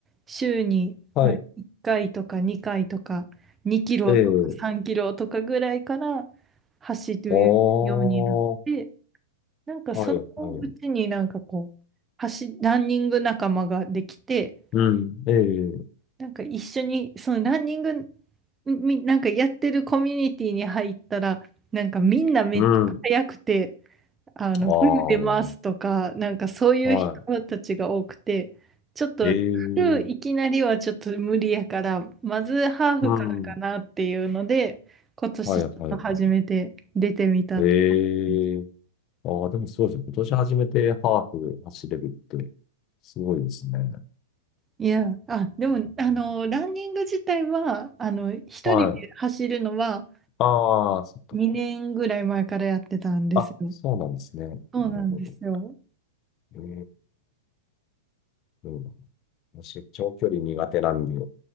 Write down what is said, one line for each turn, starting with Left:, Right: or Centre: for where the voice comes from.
Right: 週に、
Left: はい。
Right: まあ、1回とか2回とか、2キロとか3キロとかぐらいから
Left: ええ
Right: 走るようになって、
Left: おー。
Right: なんかそのうちになんかこう、
Left: はい、はい。
Right: 走、ランニング仲間ができて、
Left: うん。ええ
Right: なんか一緒に、そのランニング、みなんかやってるコミュニティに入ったら、なんかみんなめっちゃ速くて、
Left: うん。
Right: あの、
Left: ああ。
Right: フル出ますとか、なんかそういう人たちが多くて、
Left: は
Right: ちょっと、
Left: い。
Right: フルいきなりはちょっと無理やから、
Left: ええ
Right: まずハーフからかなっていうので、
Left: うん。
Right: 今年ちょっと初めて出てみたって感じです。
Left: はいはい。ええああ、でもそうですね。今年初めてハーフ走れるって、すごいですね。う
Right: いや、あ、
Left: ん
Right: でも、あの、ランニング自体は、あの、一人で走るのは
Left: はい。ああ、そっか。
Right: 2年ぐらい前からやってたんですよ。
Left: あ、そうなんですね。
Right: そうなんですよ。
Left: なるほど。ええどうだろう私、長距離苦手なんで。